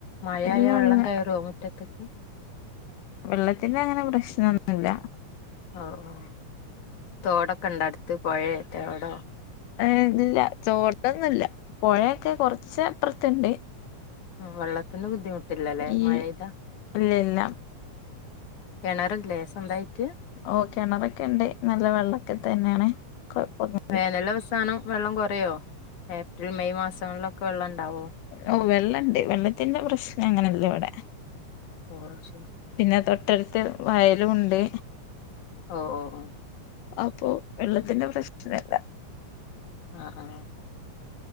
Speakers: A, on the left (about 70°); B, on the left (about 85°).
A: മഴായ
B: ഇല്ല
A: വെള്ളം
B: ഇല്ല
A: കേറോ മുറ്റത്ത്ക്ക്
B: വെള്ളത്തിന്റങ്ങനെ പ്രശ്നൊന്നുല്ല
A: ഓ ഓ തോടൊക്കെണ്ടോ അട്ത്ത് പൊഴേറ്റ വടെ
B: ആ ഇല്ല ചോടൊന്നില്ല പൊഴയൊക്കെ കൊർച്ച് അപ്പർത്ത്ണ്ട്
A: ഉം വെള്ളത്തിന്റെ ബുദ്ധിമുട്ടില്ലല്ലേ
B: ഈ
A: മഴയ്താ
B: ഇല്ല ഇല്ല
A: കെണറില്ലേ സ്വന്തായിട്ട്
B: ഓഹ് കെണറൊക്കെണ്ട് നല്ല വെള്ളക്കെ തന്നേണ് കൊഴപ്പൊന്നു
A: വേനലവസാനം വെള്ളം കൊറയോ, ഏപ്രിൽ മെയ് മാസങ്ങളിലൊക്കെ വെള്ളണ്ടാവോ
B: ഓഹ് വെള്ളണ്ട് വെള്ളത്തിന്റെ പ്രശ്നങ്ങനെല്ല വടെ
A: ഓ ശരി -
B: പിന്നെ തൊട്ടടുത്ത് വയലുണ്ട്
A: ഓ ഓ ഓ
B: അപ്പൊ വെള്ളത്തിന്റെ പ്രശ്നല്ല
A: ആഹ് ആഹ്